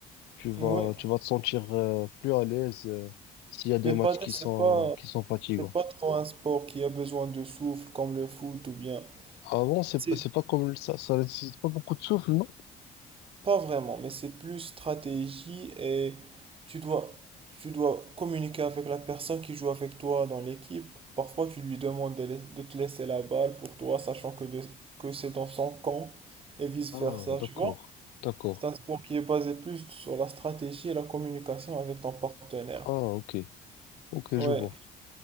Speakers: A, on the left; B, on the right.
A: Tu vas,
B: Ouais,
A: tu vas te sentir euh, plus à l'aise euh, s'il y a des
B: mais
A: matchs
B: paddle,
A: qui
B: c'est
A: sont,
B: pas.
A: qui sont fatigants.
B: C'est pas trop un sport qui a besoin de souffle comme le foot ou bien.
A: Avant, c'est,
B: C'est
A: pas- c'est pas comme le- ça, ça nécessite pas beaucoup de souffle, non?
B: pas vraiment, mais c'est plus stratégie et tu dois, tu dois communiquer avec la personne qui joue avec toi dans l'équipe. Parfois, tu lui demandes de, lais- de te laisser la balle pour toi, sachant que, de- que c'est dans son camp et vice-versa,
A: Ah, d'accord,
B: tu vois?
A: d'accord.
B: C'est un sport qui est basé plus sur la stratégie et la communication avec ton partenaire.
A: Ah, ok, ok,
B: Ouais,
A: je vois.